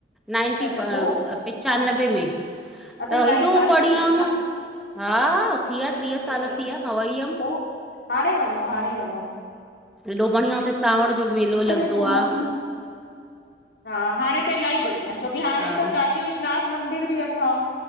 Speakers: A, in the centre; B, on the left (about 65°).
A: नाइंटी
B: अच्छा अच्छा
A: फ अ
B: पो
A: पंचानवे
B: हा
A: में।
B: हा
A: त
B: इलाही
A: हेॾो
B: साल
A: पढ़ी
B: थी विया
A: हुियमि
B: भेण
A: हा थी विया टीह साल
B: इलाही
A: थी विया मां वई हुयमि।
B: पो हाणे वञो हाणे वञो।
A: हेॾो बढ़िया हुते सांवण जो मेलो
B: हाणे
A: लॻंदो
B: में को म-
A: आ।
B: हा हाणे त इलाही बढ़िया छोकी हाणे
A: हा
B: त काशी विश नाथ मंदिर बि अथव